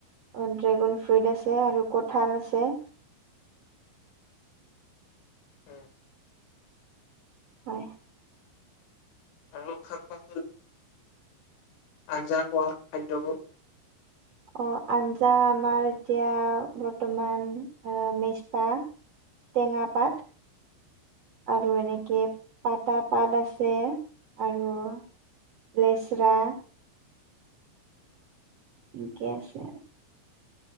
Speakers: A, on the right; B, on the left.
A: অহ, ড্ৰেগন ফ্ৰুইট আছে আৰু কঠাল আছে।
B: উম।
A: হয়।
B: আৰু শাক- পাঁচ আঞ্জা খোৱা খাদ্যবোৰ
A: অহ, আঞ্জা আমাৰ এতিয়া বৰ্তমান অ' মেষ্টা টেঙা পাত আৰু এনেকে পাটা পাত আছে আৰু লেচৰা, ইনকে আছে।